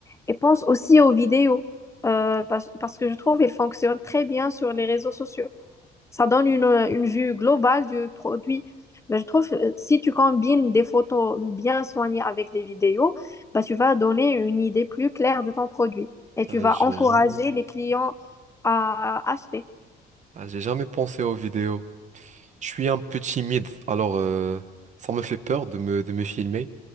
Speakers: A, on the left; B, on the right.
A: Et pense aussi aux vidéos, euh, parce, parce que je trouve qu'elles fonctionnent très bien sur les réseaux sociaux. Ça donne une, euh, une vue globale du produit. Ben, je trouve que euh, si tu combines des photos bien soignées avec des vidéos, ben, tu vas donner une idée plus claire de ton produit et tu
B: Ah,
A: vas
B: j'ai
A: encourager
B: jamais...
A: les clients à acheter.
B: ah, j'ai jamais pensé aux vidéos. Je suis un peu timide, alors euh, ça me fait peur de me, de me filmer.